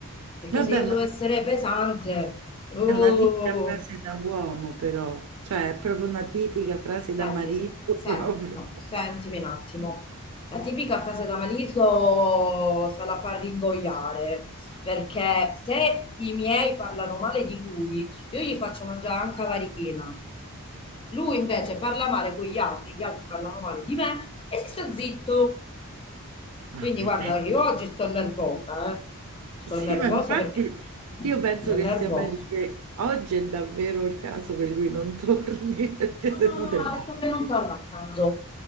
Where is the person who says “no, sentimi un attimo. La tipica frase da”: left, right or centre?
Left